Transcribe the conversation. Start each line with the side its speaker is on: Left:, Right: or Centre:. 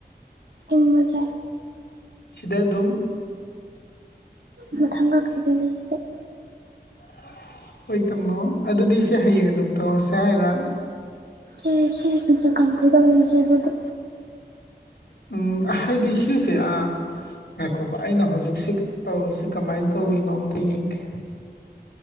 Right: ꯇꯨꯝꯃꯖꯦ
Left: ꯁꯤꯗ ꯑꯗꯨꯝ
Right: ꯃꯊꯪ <inaudible>
Left: <inaudible> ꯍꯣꯏ ꯇꯝꯃꯣ ꯑꯗꯨꯗꯤ ꯁꯤ ꯍꯌꯦꯡ ꯑꯗꯨꯝ ꯇꯧꯔꯁꯦ ꯍꯥꯏꯔ
Right: ꯁꯦ ꯁꯦ ꯁꯤꯒꯦꯁꯦ ꯀꯟꯀꯨ ꯇꯧꯔꯤꯁꯦ ꯑꯩꯉꯣꯟꯗꯥ
Left: ꯎꯝ ꯍꯥꯏꯗꯤ ꯁꯤꯁꯦ ꯑ ꯉꯥꯏꯈꯣꯀꯣ ꯑꯩꯅ ꯍꯧꯖꯤꯛ ꯁꯤꯛꯁ ꯇꯧꯔꯤꯁꯦ ꯀꯃꯥꯏꯅ ꯇꯧꯔꯤꯅꯣ ꯑꯝꯇ ꯌꯦꯡꯒꯦ